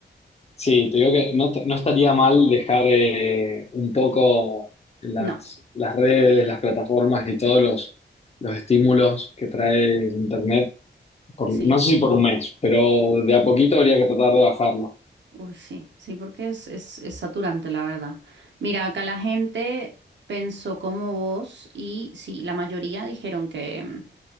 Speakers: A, on the left; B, on the right.
A: Sí, te digo que no, no estaría mal dejar eh, un poco las,
B: No,
A: las redes, las plataformas y todos los, los estímulos que trae el Internet, por-
B: sí,
A: no sé si por un mes, pero de a poquito habría que tratar de bajarlo.
B: uy, sí, sí, porque es, es, es saturante, la verdad. Mira, acá la gente pensó como vos y sí, la mayoría dijeron que, mm,